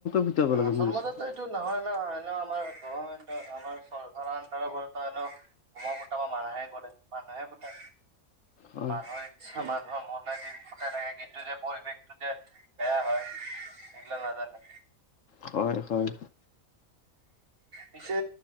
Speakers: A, on the left; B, on the right.
A: ফুটাব লাগে
B: আচল
A: মোৰ হিচাপত
B: মতেতো এইটো নহয় ন এনে আমাৰ গভমেণ্টৰ আমাৰ চৰকাৰৰ আণ্ডাৰৰ পৰা টো এনেও বোম ফুটাব মানা হে কৰে মানুহে ফুটাই।
A: হয়
B: মানুহৰ ইচ্ছা মানুহৰ মনে দিন ফুটাই থাকে কিন্তু যে পৰিৱেশটো যে বেয়া হয়। ই গিলা নাজানে।
A: হয় হয়।
B: পিছে